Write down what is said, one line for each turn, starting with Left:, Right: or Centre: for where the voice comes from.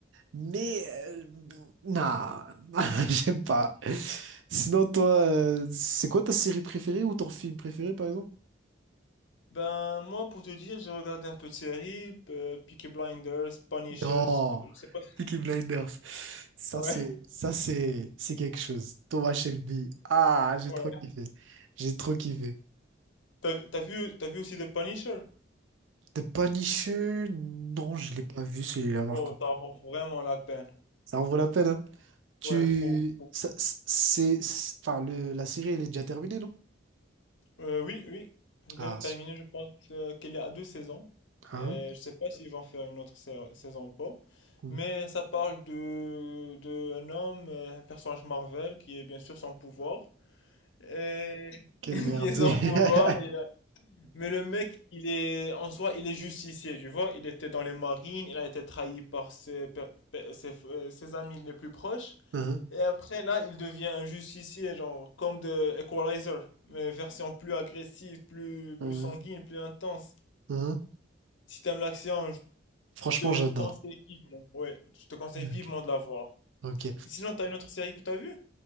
Right: Mais euh, non, <laughs> j'aime pas. Sinon, toi, euh, c'est quoi ta série préférée ou ton film préféré, par exemple?
Left: Ben, moi, pour te dire, j'ai regardé un peu de séries, euh, Peaky Blinders, Punisher,
Right: Non,
Left: c'est pas- je sais pas si...
Right: Peaky Blinders. Ça,
Left: Ouais,
Right: c'est, ça, c'est, c'est quelque chose. Thomas Shelby. Ah, j'ai
Left: ouais.
Right: trop kiffé. J'ai trop kiffé.
Left: T'as, t'as vu, t'as vu aussi The Punisher?
Right: The Punisher? Non, je l'ai pas vu celui-là, par
Left: Oh,
Right: contre.
Left: ça vaut vraiment la peine.
Right: Ça en vaut la peine, hein. Tu,
Left: Ouais, trop.
Right: ça, c'est, c'est- enfin, le, la série, elle est déjà terminée, non?
Left: Euh, oui, oui, j'ai déjà
Right: Ah,
Left: terminé,
Right: c'est-
Left: je pense euh, qu'elle est à deux saisons.
Right: hein?
Left: Et je sais pas s'ils vont faire une autre sa- saison ou pas.
Right: Hmm.
Left: Mais ça parle de, de un homme, euh, un personnage Marvel, qui est bien sûr sans pouvoir. Et
Right: Quelle
Left: <laughs>
Right: merde.
Left: qui est sans
Right: <laughs>
Left: pouvoir, il a- Mais le mec, il est, en soi, il est justicier, tu vois. Il était dans les marines, il a été trahi par ses, pe- pe- ses, euh, ses amis les plus proches.
Right: Mhm,
Left: Et après, là, il devient un justicier, genre, comme de Equalizer, mais version plus agressive, plus,
Right: mhm,
Left: plus sanguine, plus intense.
Right: mhm.
Left: Si t'aimes l'action, je
Right: Franchement,
Left: te
Right: j'adore.
Left: conseille vivement. Ouais, je te conseille
Right: Ok.
Left: vivement de la voir.
Right: Ok.
Left: Et sinon, t'as une autre série que t'as vue?